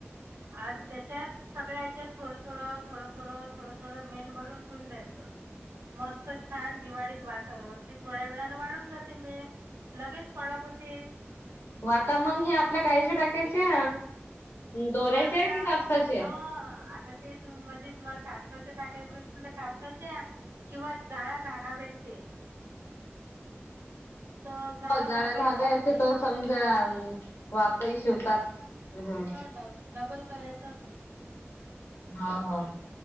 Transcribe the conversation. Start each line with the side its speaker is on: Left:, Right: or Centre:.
Right: आणि त्याच्यात सगळ्या हच्यात थोडं थोडं थोडं थोडं थोडं थोडं मेण भरून द्यायचं मस्त छान दिवाळीत वातावरण थोड्या वेळाने वाळून जाते मेण लगेच कडक होते.
Left: वता मग हे आपल्या कायच्या टाकायचे. दोऱ्याचे
Right: वाता
Left: की कापसाचे
Right: अ आता ते म्हणजे तुम्हाला कापसाचे टाकायचं असेल तर कापसाच्या किंवा जाळा धागा भेट ते तर जाळा
Left: हो जाडा
Right: धागाही
Left: धागाय
Right: चालते.
Left: असे तर समजा वाकही शिवतात हम्म
Right: डब डबल करायचा तो
Left: हा हा